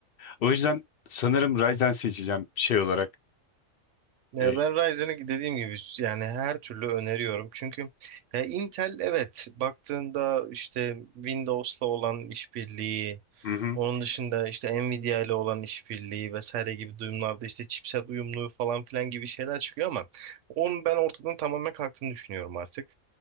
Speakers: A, on the left (about 65°); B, on the right (about 70°).
A: O yüzden sanırım Ryzen seçeceğim şey olarak.
B: Ya
A: Ee,
B: ben Ryzen'i dediğim gibi yani her türlü öneriyorum. Çünkü ya Intel evet baktığında işte Windows'la olan işbirliği,
A: hı hı.
B: onun dışında işte Nvidia ile olan işbirliği vesaire gibi durumlarda işte chipset uyumluluğu falan filan gibi şeyler çıkıyor ama onun ben ortadan tamamen kalktığını düşünüyorum artık.